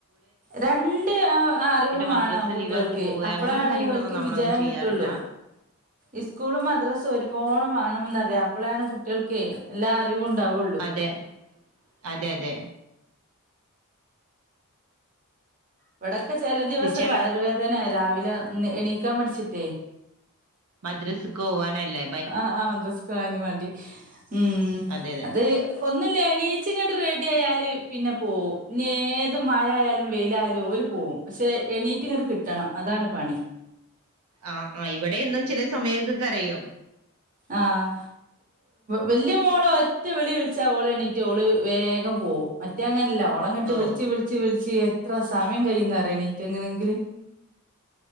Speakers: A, on the right; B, on the right.
A: രണ്ട് അറിവും
B: മദ്രസ്
A: വേണം കുട്ടോൾക്ക്
B: ലീവാക്കി പോവേ
A: അപ്പഴാണ്
B: അങ്ങനത്തെ കാര്യങ്ങളൊന്നും
A: ഓൽക്ക്. ക്ക്
B: നമ്മളൊന്നും
A: വിജയം
B: ചെയ്യാറില്ല
A: കിട്ടൊള്ളൂ. ഈസ്കൂളും മദ്രാസും ഒരുപോലെ വാണംന്നറയ അപ്പളാണ് കുട്ട്യാൾക്ക് എല്ലാ അറിവുണ്ടാവൊള്ളോ.
B: അതെ അതെ അതെ.
A: ഇവിടൊക്കെ ചെല ദിവസം
B: ചില
A: വയറ് വേതനെ രാവിലെ എണീക്കാൻ മട്ച്ട്ടെ.
B: മദ്രസ്ക്കോവാനല്ലേ?
A: ആഹ് അഹ് മദ്രസ് കോവാൻ മടി ഉം
B: അതെ അതെ
A: അത് ഒന്നുല്ല എണീച് ങ്ങണ്ട് റെഡിയാ യാല് പിന്നെ പോവും ഏത് മഴായാലും വെയ്ലായാലും. ഓല് പോവും പക്ഷെ എണീറ്റ്ങ്ങട്ട് കിട്ടണം അതാണ് പണി.
B: ആഹ് ആഹ് ഇവടേയുംഇന്ന് ചില സമയതൊകരയും.
A: ആഹ് വല്ല്യ മോള് ഒറ്റവിളി വിളിച്ചാ ഓള് എണ്ണീറ്റ് ഓള് വേഗം പോവും. ഇന്റ ങ്ങനല്ല ഓളങ്ങട്ട്
B: ഓ
A: വ്ൾച്ച് വ്ൾ വിച്ച് വ്ൾച്ച് എത്ര സമയം കഴിയുന്നറിയണീകണെങ്കില്.